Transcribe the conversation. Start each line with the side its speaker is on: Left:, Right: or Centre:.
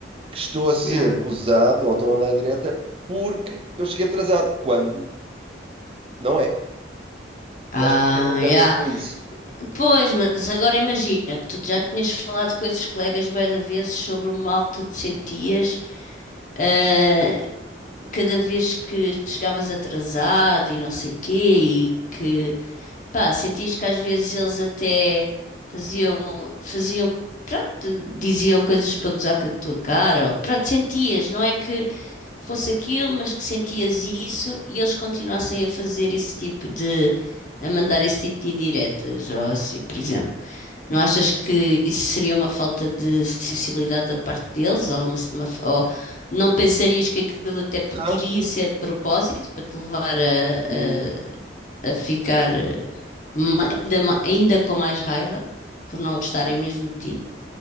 Right: que estou a ser
Left: yeah.
Right: gozado ou estou a andar em direta porque eu cheguei atrasado, quando não é.
Left: Ah,
Right: Eu acho que isso tem muito
Left: yeah.
Right: a ver com isso.
Left: Pois, mas agora imagina que tu já tinhas falado com esses colegas bué de vezes sobre o mal que tu te sentias ah, cada vez que chegavas atrasado e não sei quê, e que, pá, sentias que às vezes eles até faziam, faziam, pronto, diziam coisas para gozar com a tua cara, ou, pronto, sentias, não é que fosse aquilo, mas que sentias isso e eles continuassem a fazer esse tipo de a mandar esse tipo de indiretas, ou assim, por exemplo. Não achas que isso seria uma falta de sensibilidade da parte deles? Ou, uma- uma- ou não pensarias que aquilo até poderia
Right: Não,
Left: ser de propósito para te levar a,
Right: hum,
Left: a, a ficar eh, ma- ainda, ma- ainda com mais raiva por não gostarem mesmo de ti?